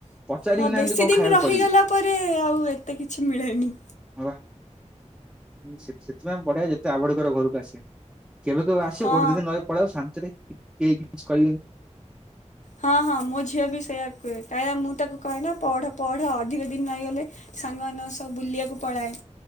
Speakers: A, in the centre; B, on the left.
A: ପଚାରିବୁ
B: ହଁ
A: ନା
B: ବେଶୀ
A: ଏମିତି କଣ
B: ଦିନ
A: ଖାଇବାକୁ
B: ରହିଗଲା
A: କରିବୁ
B: ପରେ ଆଉ ଏତେ କିଛି ମିଳେନି।
A: ହଁ ବା ମୁଁ ସେ ସେଥିପାଇଁ ବଢିଆ ଯେତେ ଆଭଏଡ଼ କରିବ ଘରକୁ ଆସିବା। କେବେ କେବେ ଆସିବ
B: ହଁ।
A: ଗୋଟେ ଦି ଦିନହେ ପଳେଇବ ଶାନ୍ତିରେ କେହି କିଛି କହିବେନି।
B: ହଁ ହଁ ମୋ ଝିଅ ବି ସେଇୟା କୁଏ କାହିଁକ ମୁଁ ତାକୁ କହେ ନା ପଢ ପଢ ଅଧିକ ଦିନ ରହିଗଲେ ସାଙ୍ଗମାନଙ୍କ ସ ବୁଲିବାକୁ ପଳାଏ